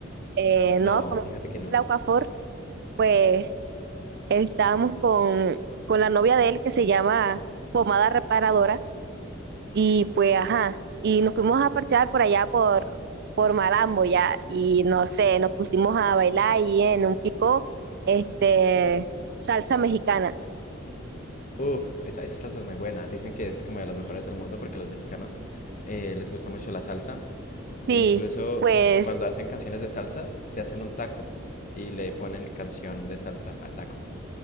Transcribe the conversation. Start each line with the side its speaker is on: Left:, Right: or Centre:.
Right: Eh,
Left: No,
Right: no, como
Left: fíjate que no.
Right: el Aquafor, pues estábamos con, con la novia de él que se llama Pomada Reparadora. Y pues, ajá, y nos fuimos a parchar por allá por, por Malambo ya, y no sé, nos pusimos a bailar y en un pico, este, salsa mexicana.
Left: Uf, esa, esa salsa es muy buena. Dicen que es como de las mejores del mundo porque los mexicanos eh, les gusta mucho la salsa.
Right: Sí,
Left: E incluso
Right: pues
Left: cuando hacen canciones de salsa, se hacen un taco y le ponen canción de salsa al taco.